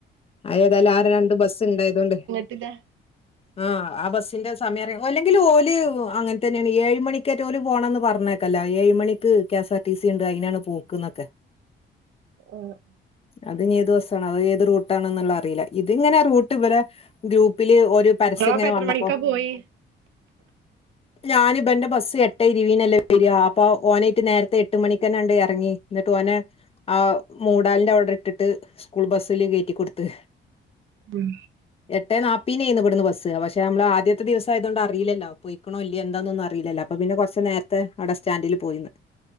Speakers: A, on the left (about 30°); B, on the right (about 80°).
A: അത് ഏതായാലും ആ രണ്ട് ബസ്സ്ണ്ടായതോണ്ട്
B: പിന്നെ
A: ആ ആ ബസിന്റെ സമയം അല്ലെങ്കിൽ ഓല് അങ്ങനെ തന്നെയാണ് ഏഴ് മണികേറ്റാ പോണംന്ന് പറഞ ല്ല ഏഴു മണിക്ക് K S R T C ഉണ്ട് അയിനാണ് പോക്ക്ന്നൊക്കെ
B: ഓ
A: അത് ഏത് ബസ് ആണോ ഏ റൂട്ടാണോ എന്നുള്ളത് അറിയി ല്ല ഇത് ഇങ്ങനെ റൂട്ട് ഇവരെ ഗ്രൂപ്പില് ഒരു പരസ്യം
B: നി <unintelligible> ങ്ങളപ്പംഎത്ര
A: ഇങ്ങനെ വന്നപ്പോ
B: മണിക്കാ പോയി
A: ഞാൻ ഇബന്റെ ബസ്സ് എട്ട് ഇരുപതിനല്ലേ വരിക അപ്പൊ ഓനാ യിട്ട്നേരത്തെ എട്ട് മണിക്ക് ന്നെയങി ഇറങ്ങി. ന്നട്ട് ഓനെ ആ മൂടാലിന്റെ ഓർഡർ ഇട്ടിട്ട് സ്കൂൾ ബസ്സില് കയറ്റിക്കൊടുത്ത്
B: ഉം
A: എട്ടേ നാപ്പിനേന്ന് ഇബട്ന്ന് ബസ് സ് പക്ഷെ ഞമ്മളെ ആദ്യത്തെ ദിവസായതോണ്ട് അറീല്ലല്ലോ പാേയ്ക്ക്ണാേ ഇല്ലേ എന്താന്നൊന്നും അറീലല്ലോ അപ്പ പിന്നെ കൊർച്ച് നേര് ത് അടെ സ്റ്റാൻഡ്ല് പോയിന്ന്